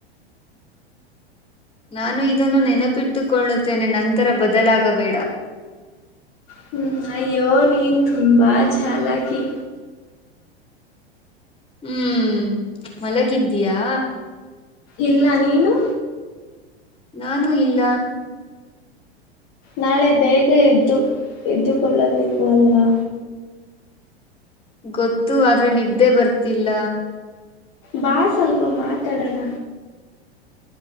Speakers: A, on the left; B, on the left.
A: ನಾನು ಇದನ್ನು ನೆನಪಿಟ್ಟುಕೊಳ್ಳುತ್ತೇನೆ ನಂತರ ಬದಲಾಗಬೇಡ
B: ಹ್ಮ್ ಅಯ್ಯೋ ನೀನ್ ತುಂಬಾ ಚಾಲಾಕಿ
A: ಹ್ಮ್ ಮಲಗಿದ್ದಯಾ
B: ಇಲ್ಲ ನೀನು
A: ನಾನೂ ಇಲ್ಲ
B: ನಾಳೆ ಬೇಗ ಎದ್ದು ಎದ್ದುಕೊಳ್ಳಬೇಕು ಅಲ್ವಾ
A: ಗೊತ್ತು ಆದ್ರೆ ನಿದ್ದೆ ಬರ್ತಿಲ್ಲ
B: ಬಾ ಸ್ವಲ್ಪ ಮಾತಾಡಾರ